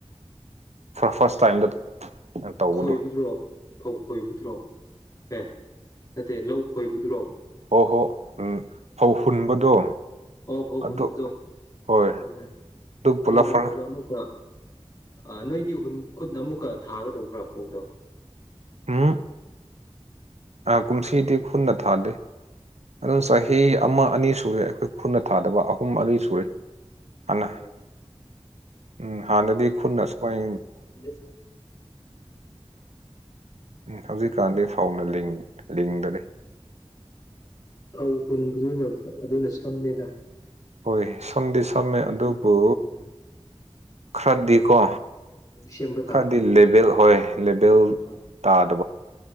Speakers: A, on the right; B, on the left.
A: ꯐ ꯐꯥꯔꯁ ꯇꯥꯏꯝꯗ ꯇꯧꯕꯗꯣ
B: ꯈꯣꯏꯕꯗꯨꯔꯣ ꯐꯧ ꯈꯣꯏꯕꯗꯨꯔꯣ ꯑꯦ ꯅꯠꯇꯦ ꯂꯧ ꯈꯣꯏꯕꯗꯨꯔꯣ
A: ꯑꯣ ꯍꯣ ꯎꯝ ꯐꯧ ꯍꯨꯟꯕꯗꯣ
B: ꯑꯣ ꯐꯥꯎ ꯍꯨꯟꯕꯗꯣ
A: ꯑꯗꯨ ꯍꯣꯏ
B: ꯎꯝ ꯑꯗꯨ
A: ꯄꯨꯂꯞ
B: ꯍꯨꯜꯂꯒ
A: ꯐꯔ
B: ꯑꯃꯨꯛꯀ ꯑ ꯅꯣꯏ ꯈꯨꯠ ꯑꯃꯨꯛꯀ ꯊꯥꯒꯗꯧꯕ꯭ꯔꯥ ꯐꯧꯗꯣ
A: ꯎꯝ ꯀꯨꯝꯁꯤꯗꯤ ꯈꯨꯟꯅ ꯊꯥꯗꯦ ꯑꯗꯨꯝ
B: ꯎꯝ
A: ꯆꯍꯤ ꯑꯃ ꯑꯅꯤ ꯁꯨꯔꯦ ꯑꯩꯈꯣꯏ ꯈꯨꯟꯅ ꯊꯥꯗꯕ ꯑꯍꯨꯝ ꯑꯅꯤ ꯁꯨꯔꯦ ꯍꯅ
B: ꯎꯝ
A: ꯎꯝ ꯍꯥꯟꯅꯗꯤ ꯈꯨꯅꯁꯨꯃꯥꯏ
B: <unintelligible>
A: ꯎꯝ ꯍꯧꯖꯤꯛꯀꯥꯟꯗꯤ ꯐꯧꯅ ꯂꯤꯡ ꯂꯤꯡꯗꯔꯦ
B: ꯐꯧ ꯍꯨꯟꯕꯗꯨꯅ ꯑꯗꯨꯅ ꯁꯝꯃꯦꯗ
A: ꯍꯣꯏ ꯁꯝꯗꯤ ꯁꯝꯃꯦ ꯑꯗꯨꯕꯨ
B: ꯎꯝ
A: ꯈꯔꯗꯤꯀꯣ
B: ꯁꯦꯝꯕ ꯇꯥꯕ
A: ꯈꯔꯗꯤ ꯂꯦꯚꯦꯜ
B: ꯎꯝ
A: ꯍꯣꯏ ꯂꯦꯚꯦꯜ
B: ꯎꯝ
A: ꯇꯥꯗ